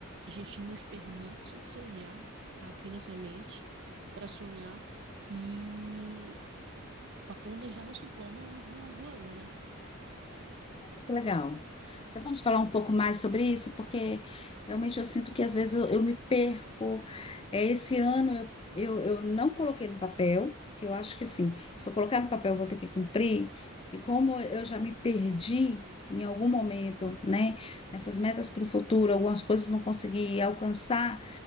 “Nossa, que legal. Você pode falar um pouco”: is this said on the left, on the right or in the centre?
Left